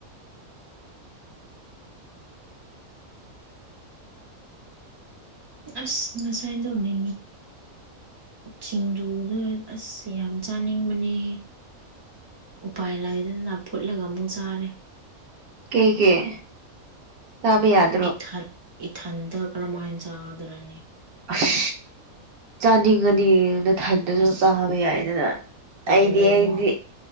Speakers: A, on the right; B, on the right.
A: ꯑꯁ ꯉꯁꯥꯏꯗꯣꯃꯤ ꯁꯤꯡꯖꯨꯗ ꯑꯁ ꯌꯥꯝ ꯆꯥꯅꯤꯡꯕꯅꯦꯍꯦ ꯎꯄꯥꯏ ꯂꯩꯗꯗꯅ ꯐꯨꯠꯂꯒ ꯑꯃꯨꯛ ꯆꯥꯔꯦ
B: ꯀꯩ ꯀꯩ ꯇꯕ ꯌꯥꯗ
A: ꯏꯊꯟ ꯏꯊꯟꯇ ꯀꯔꯝꯃꯥꯏꯅ ꯆꯥꯗ꯭ꯔꯅꯤ
B: ꯑꯁ ꯆꯥꯅꯤꯡꯉꯗꯤ ꯃꯊꯟꯗꯨꯁꯨ
A: ꯑꯁ
B: ꯆꯥꯕ ꯌꯥꯏꯗꯅ
A: ꯇꯜꯂꯦꯗꯅ
B: ꯑꯩꯗꯤ ꯑꯩꯗꯤ